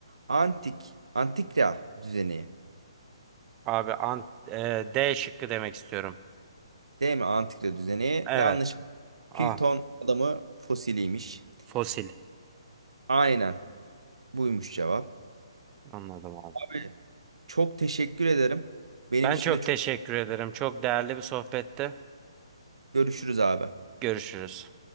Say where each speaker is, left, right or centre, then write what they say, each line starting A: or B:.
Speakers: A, on the right; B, on the right.
A: antik antikra düzeni.
B: Abi an e, D şıkkı demek istiyorum.
A: Değil mi? Antikra düzeni.
B: Evet.
A: Yanlış.
B: A
A: Pilton adamı fosiliymiş.
B: fosil.
A: Aynen. Buymuş cevap.
B: Anladım abi.
A: Abi çok teşekkür ederim. Benim
B: Ben
A: için
B: çok
A: de çok
B: teşekkür ederim. Çok değerli bir sohbette.
A: görüşürüz abi.
B: Görüşürüz.